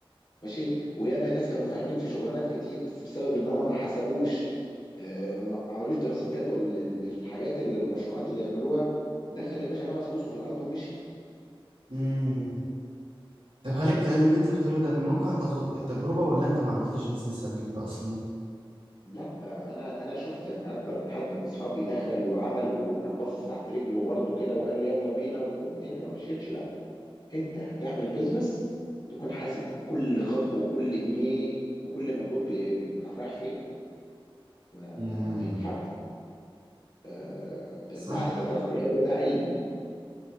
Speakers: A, on the left (about 50°); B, on the right (about 75°).
A: ماشي وياما ناس كانوا فاهمين في شغلانات كتير بس بسبب ان هم ما حسبوش آه، وما عملوش دراسه جدوى لل- للحاجات اللي المشروعات اللي يعملوها دخل يا باشا رمى فلوسه في الارض ومشي
B: <laughs> مم. طب هل الكلام اللي انت بتقوله ده من واقع تجر- التجربة ولا انت ما عملتش بيزنس قبل كده اصلا
A: لا انا انا شفت يعني اكتر من حد من اصحابي دخل وعمل وكان باصص تحت رجله برضه كده وقال يلا بينا والدنيا ما مشيتش لا انت هتعمل بيزنس تكون حاسب كل خطوه وكل جنيه وكل مجهود بي- رايح فين ما,
B: امم
A: ما, ما ينفعش آه، ده ده
B: صح
A: ده دراسه الجدوى ده علم